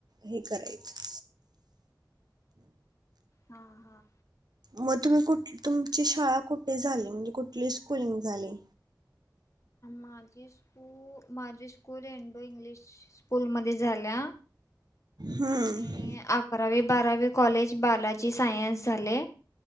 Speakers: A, on the right; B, on the left.
A: हे करायचं.
B: हा हा.
A: मग तुम्ही कुठ तुमची शाळा कुठे झाली म्हणजे कुठली स्कुलिंग झाली.
B: माझी स्कू माझी स्कूल एंडो इंग्लिश स्कूल मध्ये झाल्या.
A: हम्म
B: आणि अकरावी बारावी कॉलेज बालाजी सायन्स झाले.